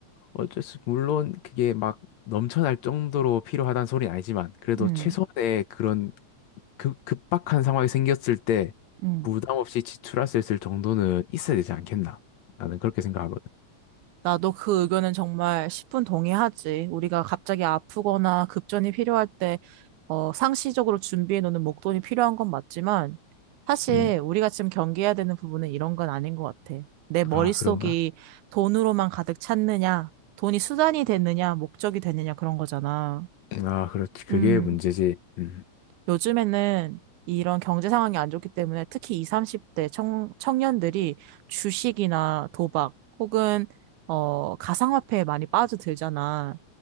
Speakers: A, on the left; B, on the right.
A: 어쩔 수, 물론 그게 막 넘쳐날 정도로 필요하다는 소리는 아니지만, 그래도
B: 응
A: 최소한의 그런 급, 급박한 상황이 생겼을 때
B: 응
A: 부담 없이 지출할 수 있을 정도는 있어야 되지 않겠나? 나는 그렇게 생각하거든.
B: 나도 그 의견은 정말 10분 동의하지. 우리가 갑자기 아프거나 급전이 필요할 때, 어, 상시적으로 준비해 놓는 목돈이 필요한 건 맞지만, 사실
A: 음,
B: 우리가 지금 경계해야 되는 부분은 이런 건 아닌 것 같아. 내 머릿속이
A: 아, 그런가?
B: 돈으로만 가득 찼느냐, 돈이 수단이 됐느냐, 목적이 됐느냐, 그런 거잖아.
A: 아, 그렇지. 그게
B: 음.
A: 문제지. 음,
B: 요즘에는 이런 경제 상황이 안 좋기 때문에 특히 20, 30대 청, 청년들이 주식이나 도박 혹은 어, 가상화폐에 많이 빠져들잖아.